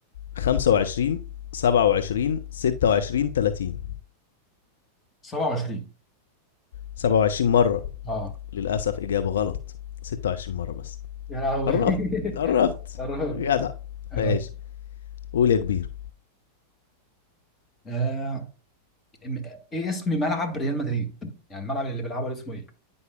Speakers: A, on the left; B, on the left.
A: 25 27 26 30
B: 27
A: 27 مرة
B: اه
A: للأسف إجابة غلط 26 مرة بس
B: يا لهوي
A: قربت قربت
B: <laughs> يا رب.
A: جدع
B: انا
A: ماشي قول يا كبير
B: آه... م- ايه اسم ملعب ريال مدريد يعني الملعب اللي بيلعبه ده اسمه ايه